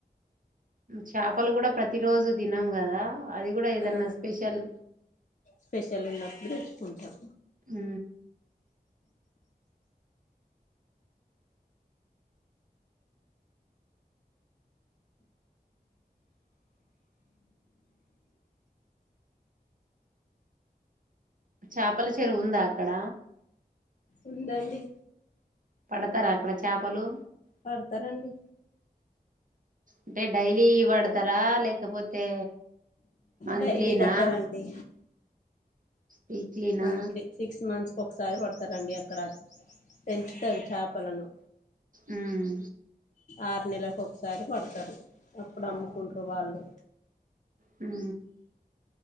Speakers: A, on the right; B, on the left.
A: చపలు కూడా ప్రతి రోజు దినము. కదా అది కూడా ఏదన్నా
B: ఆ
A: స్పెషల్
B: స్పెషల్ ఉన్నప్పుడు కొంచెం
A: హ్ చాపల చెరువు ఉందా అక్కడ.
B: ఉందండి.
A: పడతరా అక్కడ చాపలు.
B: పడతరండి.
A: అంటే డైలీ పడతరా లేకపోతే మంత్లీనా
B: డైలీ బట్టరు అంటీ.
A: వీక్లీనా
B: మంత్లీ సిక్స్ మంత్స్ ఒకసారి పడతరండి అక్కడ పెంచుతరు చాపలను.
A: ఉమ్
B: ఆరు నెల ఒక్కసారి పడతరు. అప్పుడు అమ్ముకుంటరు వాళ్ళు.
A: హ్